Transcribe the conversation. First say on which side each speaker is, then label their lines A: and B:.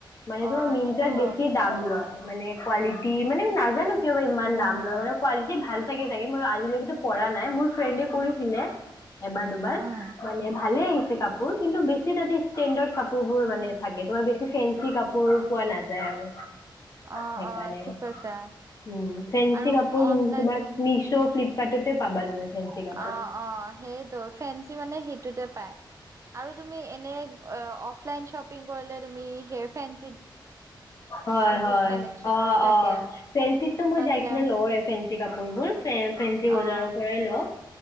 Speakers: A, on the left; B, on the right.
A: মানে
B: অ
A: তোমাৰ মিনজত
B: সেইটো
A: বেছি দাম লয় এক কোৱালিটি মানে নাজানো কিয়বা ইমান
B: উম
A: দাম লৰ-লেও কোৱালিটি ভাল চাগে-চাগে মই আজিলৈকেটো কৰা নাই মোৰ ফ্ৰেণ্ডে কৰিছিলে এবাৰ-দুবাৰ,
B: উম
A: মানে ভালে আহিছে কাপোৰ কিন্তু বেছি তাতে ষ্টেণ্ডাৰ্ড কাপোৰবোৰ মানে থাকে তোমাৰ বেছ ছি ফেঞ্চি কাপোৰ পোৱা নাযায় আৰু
B: অ-অ
A: সেইকাৰণে
B: ঠিক কৈছা।
A: উম, ফেঞ্চি
B: আৰু
A: কাপোৰ
B: অনলাইন
A: মো-তোমাক মিছৌ ফ্লিপকাৰ্ট-ততে পাবা তুমি ফেঞ্চি কাপোৰ।
B: আ্য-অ সেইটো, ফেঞ্চি মানে সেইটোতে পাই আৰু তুমি এনেগ য়্যঅ-অফলাইন চপিং কৰলেট তুমি স্যেৰ ফেঞ্চ
A: হয়-হয়,
B: কালেকচন
A: অ-অ,
B: বোৰ থাকে।
A: ফেঞ্চিততো মই
B: তাতে
A: যাই কিনে লওঁয়ে ফেঞ্চি কাপোৰবোৰ ফেন-ফেঞ্চি বজাৰৰ
B: অ',
A: পৰাই ল